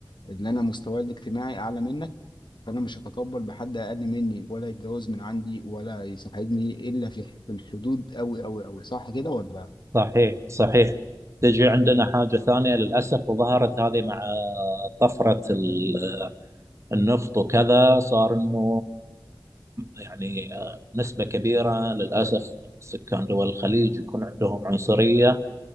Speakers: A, on the left (about 65°); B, on the right (about 35°).
A: اللي أنا مستواي الاجتماعي أعلى منك فأنا مش هتقبل بحد أقل مني ولا يتجوز من عندي ولا يصاحبني إلا في في الحدود أوي أوي أوي صح كده ولا؟
B: صحيح صحيح تجي عندنا
A: مم.
B: حاجة ثانية للأسف وظهرت هذه مع طفرة ال- النفط وكذا صار إنه يعني آه، نسبة كبيرة للأسف من سكان دول الخليج يكون عندهم عنصرية